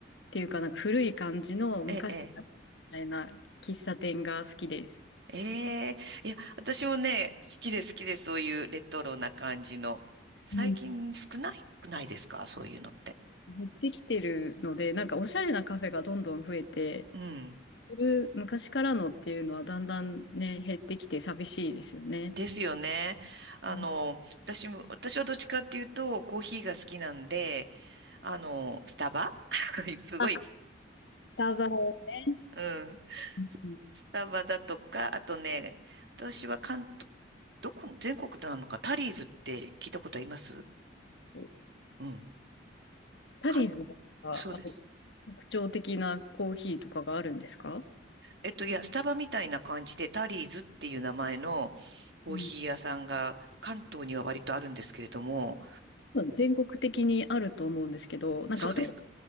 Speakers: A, on the left (about 65°); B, on the right (about 60°).
A: ていうかなんか古い感じの昔み
B: ええ、ええ。
A: たいな喫茶店が好きです。
B: ええいや、私もね、好きで好きで、そういうレトロな感じの。最近少ないくないですかそういうのって。
A: うん、減ってきてるので、なんかおしゃれなカフェがどんどん増えて、
B: うん。
A: する昔からのっていうのはだんだんね、減ってきて寂しいですよね。
B: ですよね。あの、
A: うん
B: 私も、私はどっちかっていうと、コーヒーが好きなんで、あの、スタバ <laughs> すごい、
A: あ、スタバをね、
B: うん。
A: うんうん
B: ススタバだとか、あとね、私は関東どこ、全国なのか、タリーズって聞いたことあります
A: そう
B: うん。
A: タリーズのなんかあの
B: かん、そうです。
A: 特徴的なコーヒーとかがあるんですか
B: えっと、いや、スタバみたいな感じで、タリーズっていう名前のコーヒー屋さんが関東には割とあるんですけれども、
A: うん多分全国的にあると思うんですけど、なんか私、
B: そうですか。